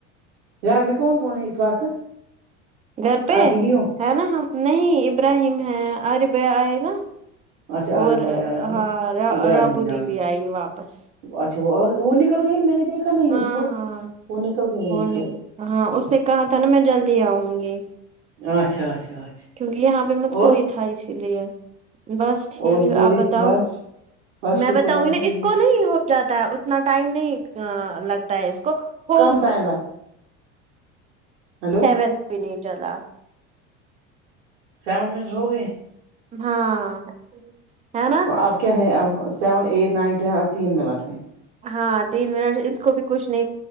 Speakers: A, on the right; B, on the right.
A: ار بھی کون کون ہے اس وقت <inaudible>
B: گھر پہ
A: اکیلی ہو
B: ہے نا ہم نہیں ابراہیم ہیں آر ب آئے نا
A: اچھا
B: اور
A: عارف بھائی آ گئے
B: ہاں
A: ابراہیم
B: رابو
A: جان
B: دی بھی آئی واپس <inaudible>
A: اچھا وہ وہ نکل گئی میں نے دیکھا نہیں
B: ہاں
A: اس کو
B: ہاں
A: وہ نکل گئے
B: وہ
A: ہیں
B: نے
A: پھر
B: ہاں اس نے کہا تھا نا میں جلدی آؤں گی
A: اچھا اچھا اچھا
B: کیونکہ یہاں پہ مت
A: اور
B: کوئی تھا اسی لیے بس ٹھیک
A: اور بولی
B: آپ بتاؤ
A: بس بس شکر
B: میں بتاؤں
A: الحمد
B: گی نا اس
A: للہ
B: کو نہیں جاتا ہے اتنا ٹائم نہیں لگتا ہے اس کو ہوگ
A: ٹائم لگ <inaudible> ہیلو
B: سیونتھ بھی چلا <inaudible>
A: سیون منٹ ہو گئے <inaudible>
B: ہاں ہے نا
A: اب کیا ہے اب سیون اے نائن ٹین اب تین میں لٹیں <inaudible>
B: ہاں تین منٹ اس کو بھی کچھ نہیں